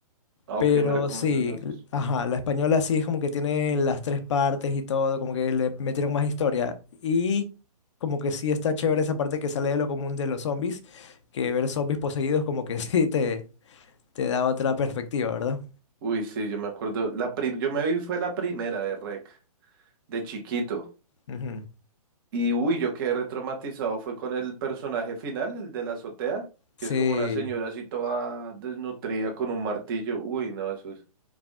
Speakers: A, on the right; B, on the left.
A: Ah,
B: Pero
A: ok, me recomiendas
B: sí,
A: las
B: l-
A: dos.
B: ajá, la española sí es como que tiene las tres partes y todo, como que le metieron más historia. Y como que sí está chévere esa parte que sale de lo común de los zombies, que ver zombies poseídos como que <laughs> sí te, te da otra perspectiva, ¿verdad?
A: Uy, sí, yo me acuerdo. La prim- yo me vi fue la primera de Rec, de chiquito.
B: Ujú.
A: Y uy, yo quedé retraumatizado. Fue con el personaje final, el de la azotea,
B: Sí,
A: que es como una señora así toda desnutrida con un martillo. Uy, no, eso es.